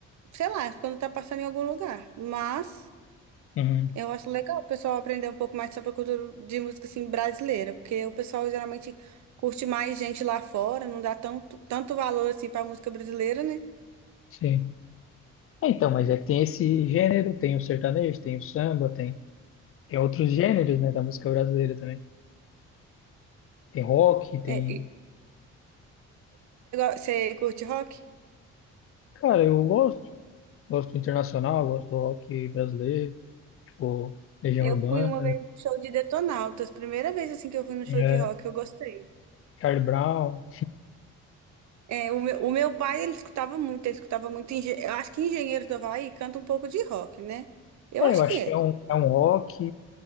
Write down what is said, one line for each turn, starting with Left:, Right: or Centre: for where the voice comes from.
Right: sei lá, quando tá passando em algum lugar, mas.
Left: Uhum,
Right: Eu acho legal o pessoal aprender um pouco mais sobre a cultura de música assim brasileira, porque o pessoal geralmente curte mais gente lá fora, não dá tanto, tanto valor assim para música brasileira, né?
Left: sim. É, então, mas é que tem esse gênero, tem o sertanejo, tem o samba, tem, tem outros gêneros, né, da música brasileira também. Tem rock, tem.
Right: É, e você curte rock?
Left: Cara, eu gosto. Gosto do internacional, gosto do rock brasileiro, tipo, Legião
Right: Eu
Left: Urbana,
Right: fui uma vez num show de Detonautas, primeira vez assim que eu fui num
Left: né?
Right: show de rock, eu gostei.
Left: Charlie Brown.
Right: É, o meu, o meu pai, ele escutava muito, ele escutava muito, engen- eu acho que Engenheiros do Havaí canta um pouco de rock, né? Eu
Left: É,
Right: acho
Left: eu acho
Right: que é.
Left: que é um, é um rock,